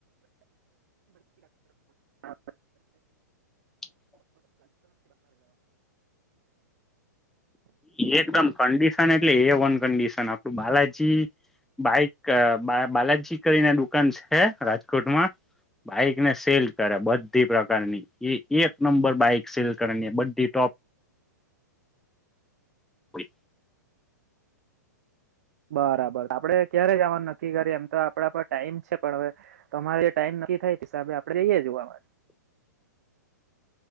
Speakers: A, in the centre; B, on the right.
A: <unintelligible>
B: <unintelligible>
A: એકદમ કંડીિશન એટલે એ વનકંડિશન આપડું બાલાજી બાઈક બા બાલાજી કરી ના દુકાન છે રાજકોટમાં બાઈકને સેલ કરે બધી પ્રકારની એ એક નંબર બાઈક સેલ કરવાની બડી ટોપ બય
B: બરાબર આપડે ક્યારે જવાનું નક્કી કરીએ એમ તો આપડા પર ટાઈમ છે પણ હવે તમારે ટાઈમ થાય હિસાબે આપડે જઈએે જોવા મળ
A: <unintelligible>